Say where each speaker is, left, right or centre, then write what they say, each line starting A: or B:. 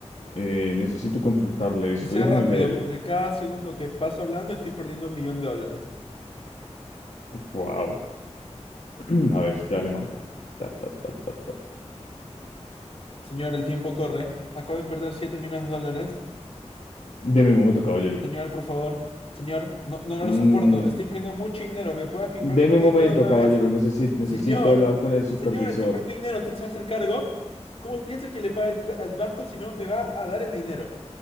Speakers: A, on the left; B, on the left.
A: Eh, necesito consultarle esto.
B: Que sea
A: Déjeme,
B: rápido,
A: le,
B: porque cada segundo que paso hablando estoy perdiendo un millón de dólares.
A: Wow. <clears throat> A ver, ya le marco. Ta, ta, ta, ta, ta, ta.
B: Señor, el tiempo corre. Acabo de perder siete millones de dólares.
A: Deme un momento, caballero.
B: Señor, por favor. Señor, no, no, no
A: Mm,
B: lo soporto. Estoy perdiendo mucho dinero. ¿Me puede firmar
A: deme
B: el crédito
A: un momento,
B: de una
A: caballero.
B: vez?
A: Necesito, necesito
B: Señor,
A: hablar con el supervisor.
B: señor, estoy perdiendo dinero. ¿Usted se va a hacer cargo? ¿Cómo piensa que le pague el- al banco si no me va a dar el dinero?